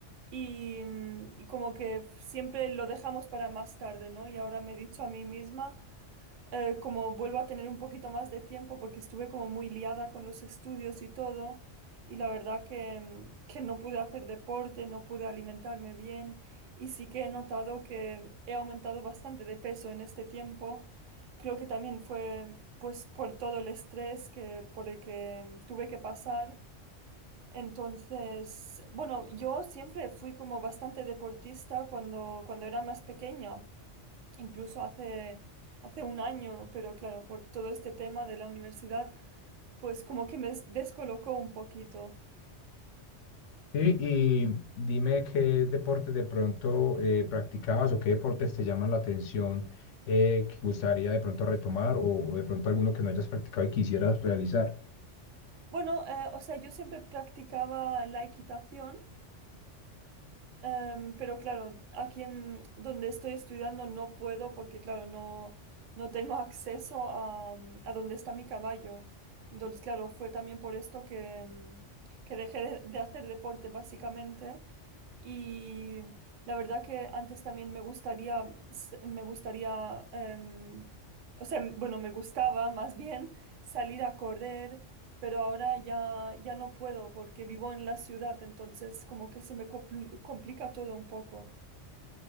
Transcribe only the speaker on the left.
Sí, y dime qué deportes de pronto eh, practicabas o qué deportes te llaman la atención eh, que gustaría de pronto retomar o, o de pronto alguno que no hayas practicado y quisieras realizar.